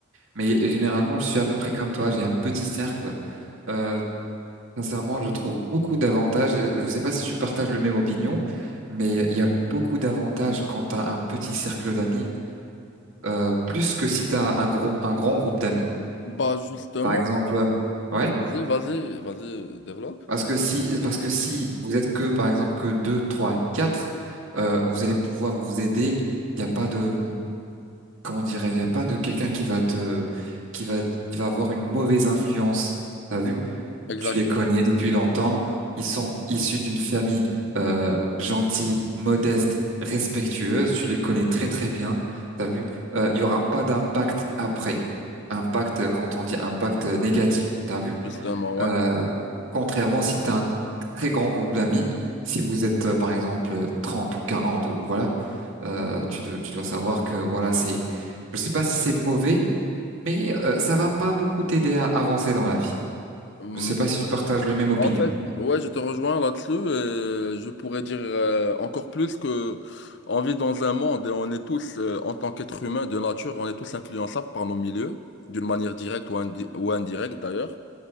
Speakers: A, on the right; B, on the left.
A: Mais généralement, je suis à peu près comme toi, j'ai un petit cercle. Euh, sincèrement, je trouve beaucoup d'avantages. Je ne sais pas si tu partages le même opinion, mais il y a beaucoup d'avantages quand tu as un petit cercle d'amis, euh, plus que si tu as un gros, un grand groupe d'amis.
B: Bah justement,
A: Par exemple, euh, ouais,
B: vas-y, vas-y, vas-y, développe.
A: parce que si, parce que si vous êtes que, par exemple, que deux, trois, quatre, euh, vous allez pouvoir vous aider. Il n'y a pas de, comment dirais-je, il n'y a pas de quelqu'un qui va te, qui va, qui va avoir une mauvaise influence. T'as vu?
B: Exactement.
A: tu les connais depuis longtemps. Ils sont issus d'une famille euh, gentille, modeste, respectueuse. Tu les connais très très bien. T'as vu? Euh, Il y aura pas d'impact après. Impact, euh, quand on dit impact euh, négatif, t'as vu?
B: Justement, ouais.
A: Euh, contrairement si t'as un très grand groupe d'amis, si vous êtes euh, par exemple 30 ou 40 ou voilà, euh, tu, dois- tu dois savoir que voilà, c'est, je sais pas si c'est mauvais, mais euh, ça va pas beaucoup t'aider à avancer dans la vie.
B: Mm,
A: Je sais pas si tu partages le même opinion.
B: En fait, ouais, je te rejoins là-dessus. euh, je pourrais dire euh, encore plus que on vit dans un monde et on est tous, euh, en tant qu'être humain de nature, on est tous influençables par nos milieux, d'une manière directe ou, indi- ou indirecte d'ailleurs.